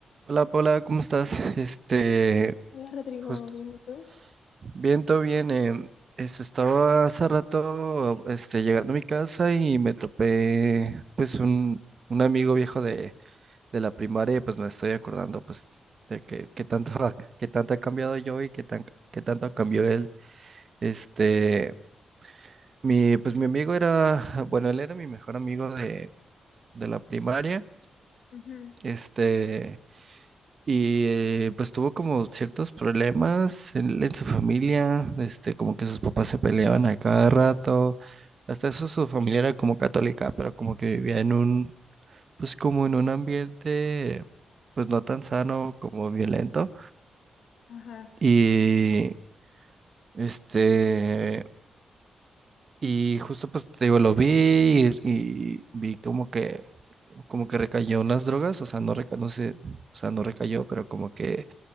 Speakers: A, on the right; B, on the left.
A: Hola Paula, ¿cómo estás? Este,
B: Hola Rodrigo,
A: justo,
B: ¿bien y tú?
A: bien, todo bien. em, es- estaba hace rato, este, llegando a mi casa y me topé, pues, un, un amigo viejo de, de la primaria y pues me estoy acordando, pues, de que, que tanto, ha- que tanto he cambiado yo y que tan, que tanto cambió él. Este, mi, pues mi amigo era, bueno, él era mi mejor amigo de, de la primaria.
B: Ujú,
A: Este... Y eh, pues tuvo como ciertos problemas en, en su familia, este, como que sus papás se peleaban a cada rato. Hasta eso su familia era como católica, pero como que vivía en un, pues como en un ambiente, pues no tan sano como violento.
B: Ajá,
A: Y este, y justo pues te digo, lo vi y, y vi como que, como que recayó en las drogas, o sea, no reca, no sé, o sea, no recayó, pero como que